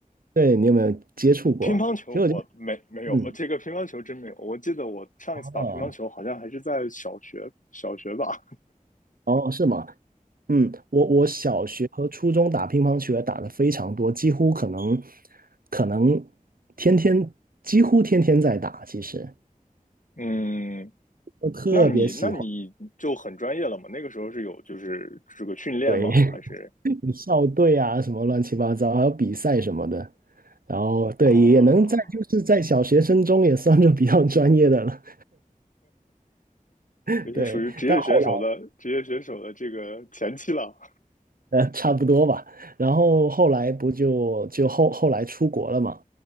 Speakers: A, on the right; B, on the left.
A: 对你有没有接触过？
B: 乒乓球我没没有，
A: 其实我就，嗯，
B: 这个乒乓球真没有。我记得我上一次打乒乓球好像还是在小学，
A: 哦
B: 小学吧。
A: 哦，是吗？嗯，我我小学和初中打乒乓球也打的非常多，几乎可能可能天天几乎天天在打，其实
B: 嗯，
A: 我特别喜欢。
B: 那你那你就很专业了嘛？那个时候是有就是这个训练吗？
A: 对。
B: 还是
A: 校队啊，什么乱七八糟，还有比赛什么的。然后对，
B: 啊，
A: 也能在就是在小学生中也算是比较专业的了，<laughs>
B: 也是属于职业选手的职业选手的这个前期了。
A: 对。但后来呃差不多吧，然后后来不就就后后来出国了嘛，